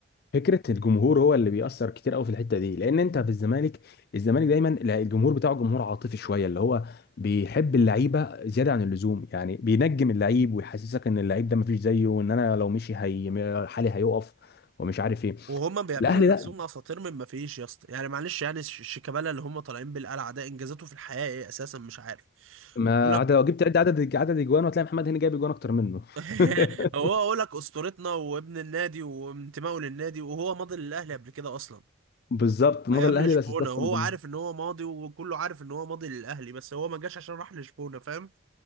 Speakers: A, on the left; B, on the right.
A: فكره الجمهور هو اللي بيأثر كتير قوي في الحته دي لان انت في الزمالك الزمالك دايما لا، الجمهور بتاعه جمهور عاطفي شويه اللي هو بيحب اللعيبه زياده عن اللزوم يعني بينجم اللعيب ويحسسك ان اللعيب ده مفيش زيه وان انا لو مشي هي حالي هيقف ومش عارف ايه
B: وهما بيعملوا
A: الاهلي
B: لنفسهم اساطير من ما فيش يا اسطى يعني معلش يعني الش- الشيكابالا اللي هم طالعين بالقلعه ده انجازاته في الحياه ايه اساسا مش عارف
A: ما
B: يقول لك
A: عدا لو جبت عد عدد عدد اجوان هتلاقي محمد هاني جايب اجوان اكتر منه
B: <laughs>
A: <laughs>
B: هو اقول لك اسطورتنا وابن النادي وانتمائه للنادي وهو ماضي للاهلي قبل كده اصلا
A: بالظبط مضى
B: ايام
A: الاهلي
B: لشبونه
A: بس الصفقه
B: وهو
A: من زمان
B: عارف ان هو ماضي وكله عارف ان هو ماضي للاهلي بس هو ما جاش عشان راح لشبونه فاهم